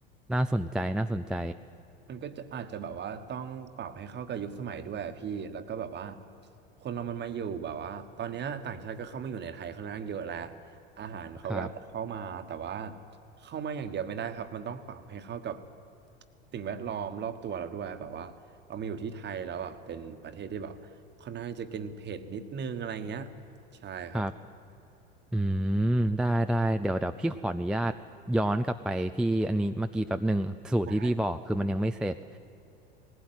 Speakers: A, in the centre; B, on the right (about 35°).
A: น่าสนใจน่าสนใจ
B: มันก็จะอาจจะแบบว่าต้องปรับให้เข้ากับยุคสมัยด้วยอะพี่แล้วก็แบบว่าคนเรามันมาอยู่แบบว่าตอนเนี้ยต่างชาติก็เข้ามาอยู่ในไทยค่อนข้างเยอะแล้วอาหารเขาก็อาจจะเข้ามาแต่ว่า
A: ครับ
B: เข้ามาอย่างเดียวไม่ได้ครับมันต้องปรับให้เข้ากับสิ่งแวดล้อมรอบตัวเราด้วยแบบว่าเรามาอยู่ที่ไทยแล้วอ่ะเป็นประเทศที่แบบค่อนข้างจะกินเผ็ดนิดนึงอะไรเงี้ยใช่ครับ
A: ครับอืมได้ได้เดี๋ยวเดี๋ยวพี่ขออนุญาตย้อนกลับไปที่อันนี้เมื่อกี้แป๊บหนึ่งสูตรที่พี่บอกคือมันยังไม่เสร็จ
B: ได้ค